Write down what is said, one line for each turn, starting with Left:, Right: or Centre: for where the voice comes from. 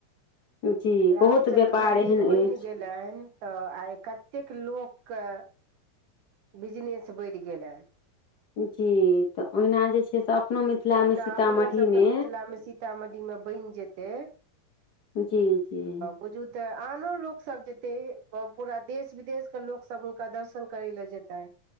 Left: जी बहुत
Right: रामचन्द्र
Left: व्यापार
Right: मंदिर
Left: एहन अछि
Right: बइन गेल लैन तऽ आइ कतेक लोक कऽ बिजनेस बैढ गेलेय।
Left: जी तऽ ओहिना जे छैय ते सब अपनो मिथिला
Right: ओहिना
Left: मे सीतामढ़ी
Right: अपनो सबके
Left: मे
Right: मिथिलामे सीतामढ़ीमे बनि जेतै
Left: जी जी।
Right: अ बुझू तऽ आनो लोकसब जेतै पूरा देश विदेश के लोकसब हुनका दर्शन करय लए जेते।